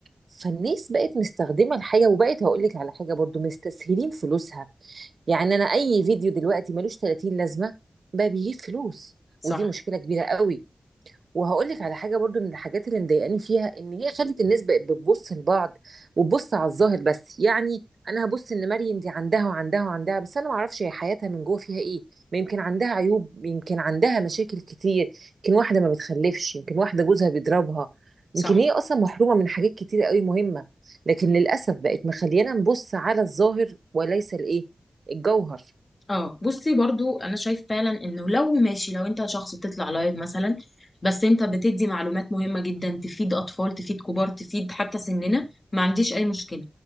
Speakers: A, on the right (about 75°); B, on the left (about 35°).
A: فالناس بقت مستخدمه الحاجه وبقت هقول لك على حاجه برضو مستسهلين فلوسها يعني انا اي فيديو دلوقتي ملوش 30 لازمه بقى بيجيب فلوس
B: صح
A: ودي مشكله كبيره قوي وهقول لك على حاجه برضو من الحاجات اللي مضايقاني فيها ان هي خلت الناس بقت بتبص لبعض وتبص على الظاهر بس يعني انا هبص ان مريم دي عندها وعندها وعندها بس انا ما اعرفش هي حياتها من جوه فيها ايه ما يمكن عندها عيوب يمكن عندها مشاكل كتير يمكن واحده ما بتخلفش يمكن واحده جوزها بيضربها
B: صح
A: يمكن هي اصلا محرومه من حاجات كتير قوي مهمه لكن للاسف بقت مخليانا نبص على الظاهر وليس الايه الجوهر
B: اه بصي برضو انا شايف فعلا انه لو ماشي لو انت شخص بتطلع لايف مثلا بس انت بتدي معلومات مهمة جدا تفيد اطفال تفيد كبار تفيد حتى سننا ما عنديش اي مشكلة